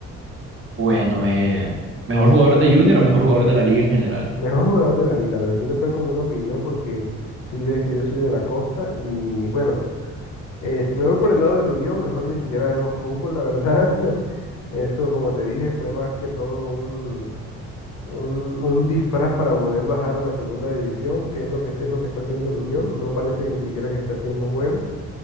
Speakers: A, on the right; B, on the left.
A: Bueno, eh, mejor jugador de Junior o mejor jugador de la liga en general.
B: Mejor jugador de la liga, lo de Junior fue como una opinión porque si ves que yo soy de la costa y bueno, eh, si me voy por el lado de la Unión, mejor ni siquiera vemos fútbol, la verdad. <laughs> Eso, como te dije, fue más que todo un, un, un disfraz para poder bajar a la segunda división, que es lo que, es lo que está haciendo el Unión. No parece que ni siquiera que está haciendo juego.